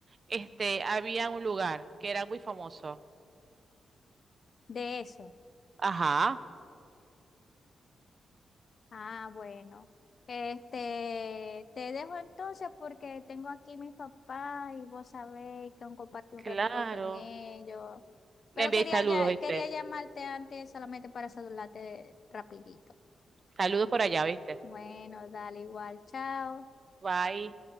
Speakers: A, on the right; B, on the left.
A: este, había un lugar que era muy famoso.
B: de eso.
A: Ajá,
B: Ah, bueno. Este, te dejo entonces porque tengo aquí mis papás y vos sabéis que compartir
A: claro.
B: un ratico con ellos. Pero
A: Le envié
B: quería
A: saludos,
B: ya,
A: ¿viste?
B: quería llamarte antes solamente para saludarte rapidito.
A: Saludos por allá, ¿viste?
B: Bueno, dale igual, chao.
A: Bye.